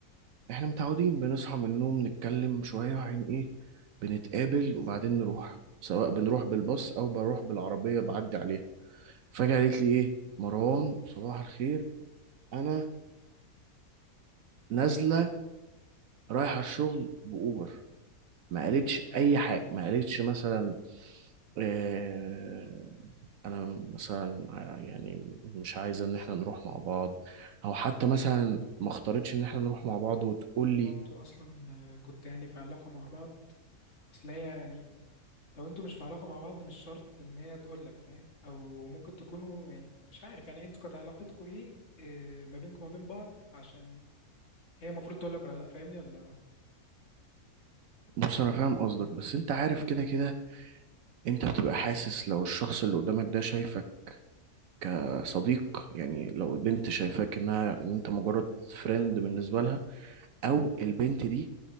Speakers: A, on the right; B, on the left.
A: احنا متعودين بنصحى من النوم نتكلم شوية عن ايه بنتقابل وبعدين نروح سواء بنروح بالباص او بروح بالعربية بعدي عليها فجأة قالت لي ايه مروان صباح الخير انا نازلة رايحة الشغل بأوبر ما قالتش اي حاجه ما قالتش مثلا آه، انا مثلا ع- يعني مش عايزه ان احنا نروح مع بعض او حتى مثلا ما اختارتش ان احنا نروح مع بعض وتقول لي
B: وانتوا اصلا كنت يعني في علاقه مع بعض اصل هي يعني لو انتوا مش في علاقة مع بعض مش شرط ان هي تقول لك فاهم او ممكن تكونوا يعني مش عارف يعني انتوا كانت علاقتكم ايه اه، ما بينكم وما بين بعض عشان هي المفروض تقول لك ولا لا فاهمني ولا
A: بص انا فاهم قصدك بس انت عارف كده كده انت بتبقى حاسس لو الشخص اللي قدامك ده شايفك كصديق يعني لو البنت شايفاك انها ان انت مجرد فريند بالنسبه لها او البنت دي